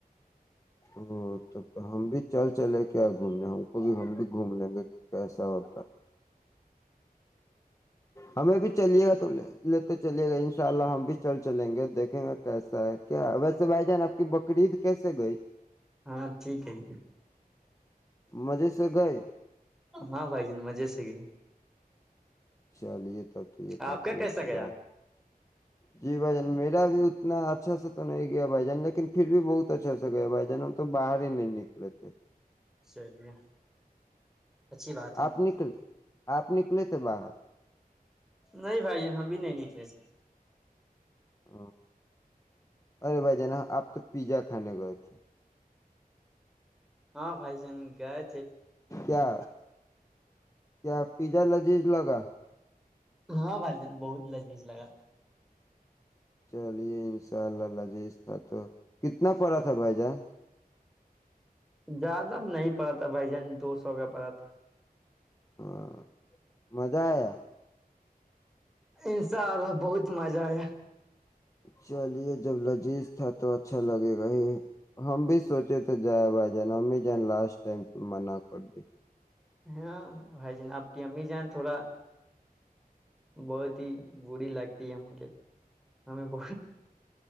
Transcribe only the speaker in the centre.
ہاں ٹھیک ہے
ہاں بھائی جن مزے سے گئے
آپ
کا کیسا
گیا
چلیے اچھی بات ہے
نہیں بھائی ہم بھی نہیں نکلے س
ہاں بائی جن گائے
ہاں بھائی جان بہت لذیذ لگا
زیادہ نہیں پڑا تھا بھائی جان دو سو کا پڑا تھا
انشاء اللہ بہت مزہ آیا
ہاں بھائی جین آپ کی ہممی جان تھوڑا بہت ہی بری لگتی ہے ہمک ہمیں پ